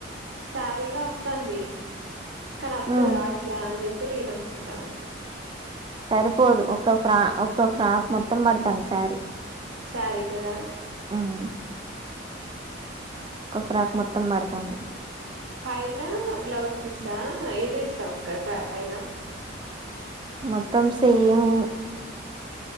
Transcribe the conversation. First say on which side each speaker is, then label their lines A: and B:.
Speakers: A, on the right; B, on the right.
A: శారీలో వస్తుంది కానీ ఆత్తు
B: ఉమ్
A: అట్లా అని చెప్ తే నేను అనుకుంట
B: సరిపోదు ఒక ఫ్రా ఒక ఫ్రాక్ మొత్తం పడతాం శారీ
A: సారీ కదా
B: హ్మ్ ఒక్ ఫ్రాక్ మొత్తం పడతాంది
A: పైన బ్లౌజ్ పీసా ఏది ఇస్తావు అక్కప పైన
B: మొత్తం సేము